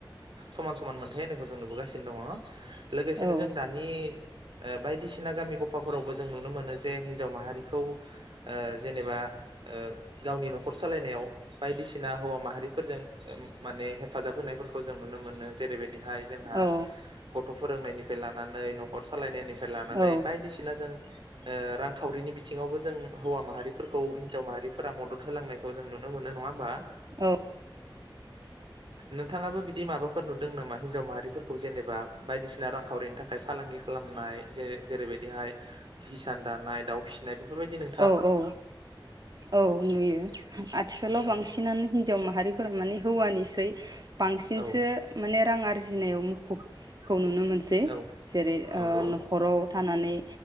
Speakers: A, on the right; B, on the right.
A: समान समान मोनथाय होनायखौ जों नुबोगासिनो दङ लोगोसेनो
B: औ
A: जों दानि ओ बायदिसिना गामि गफाफोरावबो जों नुनो मोनो जे हिन्जाव माहारिखौ ओ जेनेबा ओ गावनि नखर सालायनायाव बायदिसिना हौवा माहारिफोरजों ओ माने हेफाजाब होनायफोर खौ जों नुनो मोनो जेरैबाय दिहाय जोंहा
B: औ
A: ग थ फोरोंनायनिफ्राय लानानै नखर सालायनायनि फाइ लानानै
B: औ
A: बायदिसिना जों ओ रांखावरिनि बिथिङावबो जों हौवा माहारिफोरखौ हिन्जाव माहारिफोरा मदद होलांनायखौ जों नुनो मोनो नङा होमबा?
B: औ
A: नोंथाङाबो बिदि माबा फोर नुदों नामा हिनजाव माहारिफोरखौ जेनेबा बायदिसिना रांखावरिनि थाखाय फालांगि खालामनाय जे जेरैबायदिहाय हिसान दानाय दाउ फिसिनाय बेफोरबायदिनो
B: औ औ औ नुयो आथिखालाव
A: औ
B: बांसिनानो हिनजाव मा हारिफोरा माने हौवानिसै बांसिनसो
A: औ
B: माने रां आरजि गिनायाव मुखुबखौ नुनो नुनो मोनसै
A: औ
B: जेरै
A: नंगौ
B: नखराव थानानै